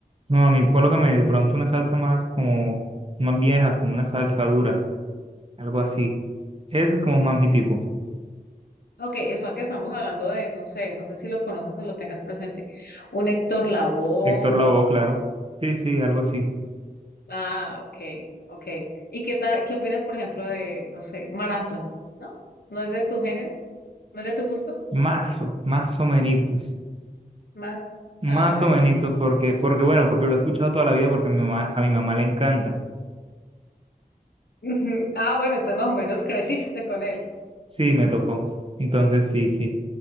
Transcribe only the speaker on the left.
Ok, eso que estamos hablando de, no sé, no sé si lo conoces o lo tengas presente. Un Héctor Lavoe.
Ah, ok, ok. ¿Y qué ta- qué opinas, por ejemplo, de, no sé, Mar Anthony? ¿No? ¿No es de tu género? ¿No es de tu gusto?
Más.
Ah, bueno.
<laughs> Ujú. Ah, bueno, entonces más o menos <laughs> creciste con él.